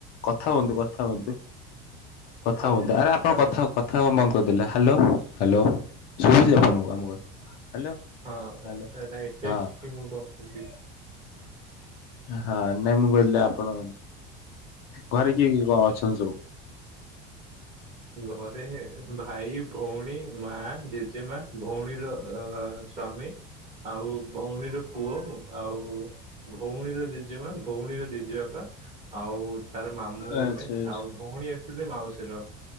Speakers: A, on the left (about 50°); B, on the right (about 15°).
A: କଥା ହୁଅନ୍ତୁ କଥା ହୁଅନ୍ତୁ। କଥା
B: ହଁ।
A: ହୁଅନ୍ତୁ ଆରେ ଆପଣ
B: ତାପରେ
A: କଥା କଥା କଣ ବନ୍ଦ କରିଦେଲେ ହ୍ୟାଲୋ ହ୍ୟାଲୋ। ଶୁଭୁଛି ଆପଣଙ୍କୁ ଆମ କଥା। ହ୍ୟାଲୋ
B: ହଁ
A: ହଲୋ
B: ରାଇଟ ସାଇଡ
A: ହଁ।
B: କି ମୁଁ କଣ କହିବି
A: ହଁ ନାଇଁ ମୁଁ କହିଲି। ଆପଣ ଘରେ କିଏ ଅଛନ୍ତି ସବୁ।
B: ଘରେ। ଭାଇ ଭଉଣୀ ମା ଜେଜେମା ଭଉଣୀର ସ୍ୱାମୀ। ଆଉ ଭଉଣୀର ପୁଅ ଆଉ ଭଉଣୀର ଜେଜେମା ଭଉଣୀର ଜେଜେବାପା। ଆଉ ତାର ମାମୁଁ
A: ଆଚ୍ଛା
B: ଗୋଟେ
A: ଆଚ୍ଛା।
B: ଆଉ ଭଉଣୀ ଆସିଥିଲେ ମାଉସୀର।